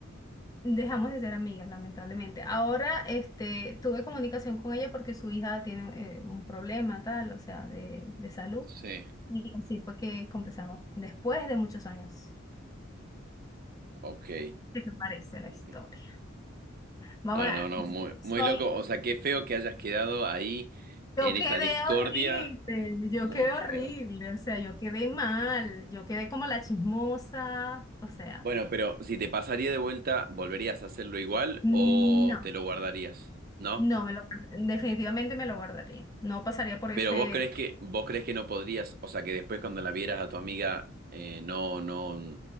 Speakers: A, on the left (about 20°); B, on the right (about 45°).
A: dejamos de ser amigas, lamentablemente. Ahora, este, tuve comunicación con ella porque su hija tiene eh, un problema tal, o sea, de, de salud.
B: Sí,
A: Y así fue que conversamos después de muchos años.
B: ok,
A: ¿Qué te parece la historia?
B: ok.
A: Vamos
B: No,
A: a,
B: no, no, muy,
A: soy
B: muy loco. O sea, qué feo que hayas quedado ahí en
A: Yo quedé
B: esa discordia.
A: horrible, yo
B: Muy
A: quedé horrible,
B: feo.
A: o sea, yo quedé mal, yo quedé como la chismosa, o sea,
B: Bueno, pero si te pasaría de vuelta, ¿volverías a hacerlo igual
A: no,
B: o te lo guardarías? ¿No?
A: no me lo, guard- definitivamente me lo guardaría, no pasaría por ese,
B: Pero vos crees que, vos crees que no podrías, o sea, que después cuando la vieras a tu amiga, eh, no, no,